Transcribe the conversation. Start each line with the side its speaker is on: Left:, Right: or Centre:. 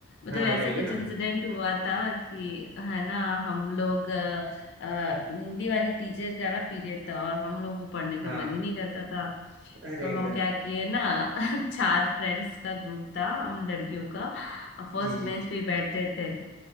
Left: मतलब
Right: हाँ बताइए
Left: ऐसा कुछ
Right: ना
Left: इंसिडेंट हुआ था कि है ना हम लोग अ, अ, हिंदी वाली टीचर का ना पीरियड था और हम लोग को पढ़ने का
Right: हाँ
Left: मन ही नहीं करता था
Right: अरे
Left: तो
Right: एकदम
Left: हम क्या किए ना <laughs> चार फ्रेंड्स का ग्रुप था हम लड़कियों का फर्स्ट
Right: जी जी
Left: बेंच पे ही बैठते थे